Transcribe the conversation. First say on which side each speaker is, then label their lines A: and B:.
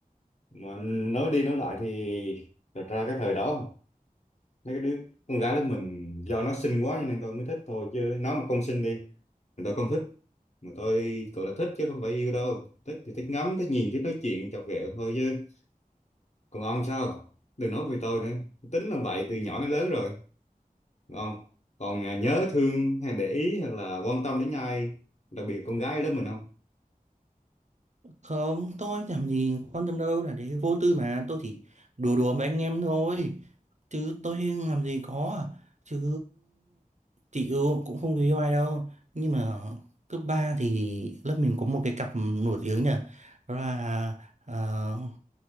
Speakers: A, on the left (about 50°); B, on the right (about 55°).
A: Mà nói đi nói lại thì thật ra cái thời đó mấy cái đứa con gái lớp mình do nó xinh quá cho nên tôi mới thích thôi chứ nó mà không xinh đi thì tôi không thích mà tôi gọi là thích chứ không phải yêu đâu thích thì thích ngắm thích nhìn thích nói chuyện chọc ghẹo thôi chứ còn ông sao đừng nói về tôi nữa tính là vậy từ nhỏ đến lớn rồi còn ông còn à, nhớ thương hay để ý hay là quan tâm đến ai đặc biệt con gái lớp mình không
B: Không, tôi làm gì quan tâm đâu là để vô tư mà tôi chỉ đùa đùa với anh em thôi chứ tôi làm gì có à. chứ chị Ưu cũng không yêu ai đâu nhưng mà cấp 3 thì lớp mình có một cái cặp nổi tiếng nhỉ đó là ờ,